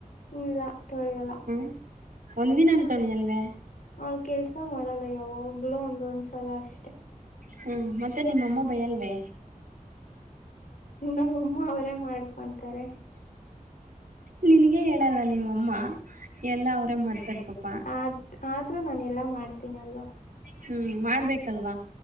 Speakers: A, on the left; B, on the right.
A: ಇಲ್ಲ ತೊಳಿಯಲ್ಲ
B: ಹ ಒಂದಿನ ಅನ್ ತೊಳ್ಳಿ ಅಲ್ವೇ
A: ಅವ ಕೆಲ್ಸ ಮಾಡಲ್ಲ ಯಾವಾಗ್ಲೂ ಒಂದೊಂದ್ ಸಲ ಅಷ್ಟೆ
B: ಹ್ಮ್ ಮತ್ತೆ ನಿಮ್ಮಮ್ಮ ಭಯ ಅಲ್ವೇ
A: ನಮ್ಮಮ್ಮ ಅವರೇ ಮಾಡ್ಕೊಂತಾರೆ
B: ನಿನಗೆೇ ಹೇಳಲ್ಲ ನೀಮ್ಮಮ್ಮ ಎಲ್ಲ ಅವರೇ ಮಾಡ್ತಾರೆ ಪಾಪ
A: ಆದ ಆದರೂ ನಾನು ಎಲ್ಲ ಮಾಡ್ತೀನಲ್ವಾ
B: ಹ್ಮ್ ಮಾಡ್ಬೇಕಲ್ವಾ